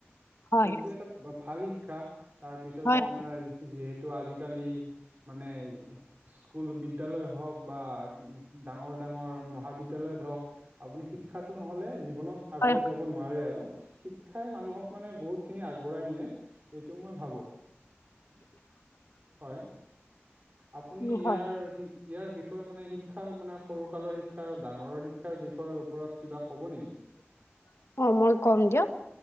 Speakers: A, on the left; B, on the right.
A: হয়
B: সেইটো এটা ভাল শিক্ষা। তাৰপিছত
A: হয়
B: আপোনাৰ যিহেতু আজি কালি মানে স্কুল বিদ্যালয় হওঁক বা ডাঙৰ ডাঙৰ মহাবিদ্যালয়ত হওঁক, আপুনি শিক্ষাতো নহলে জী ৱনত আগুৱাই
A: হয়
B: যাব নোৱাৰে আৰু শিক্ষাই মানুহক মানে খিনি আগবঢ়াই নিয়ে, এইটো মই ভাবো।
A: <inaudible>
B: হয়, আপুনি
A: হয়
B: ইয়াৰ
A: হয়
B: সি ইয়াৰ বিষয়ে মানে শিক্ষাৰ মানে সৰু কালৰ শিক্ষা আৰু ডাঙৰৰ শিক্ষাৰ বিষয়ৰ ওপৰত কিবা ক'ব নেকি?
A: <inaudible> অ', মই কম দিয়ক,